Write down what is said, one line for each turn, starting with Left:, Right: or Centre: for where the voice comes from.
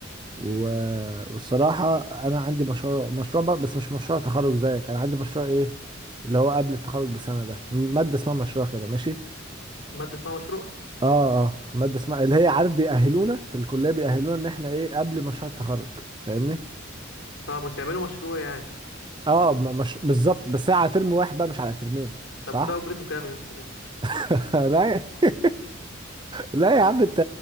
Right: و... والصراحه انا عندي مشروع مشروع بقى بس مش مشروع تخرج زيك انا عندي مشروع ايه اللي هو قبل التخرج بسنه ده ماده اسمها مشروع كده ماشي
Left: مادة اسمها مشروع
Right: اه اه ماده اسمها اللي هي عارف بيأهلونا في الكليه بيأهلونا ان احنا ايه قبل مشروع التخرج فاهمني
Left: فما تعملوا مشروع يعني
Right: اه م- مش بالظبط بس هي على ترم واحد بقى مش على ترمين
Left: طب
Right: صح
Left: وده اجرته كام يا اسطى ده
Right: <laughs> لا يا- <laughs> لا يا عم انت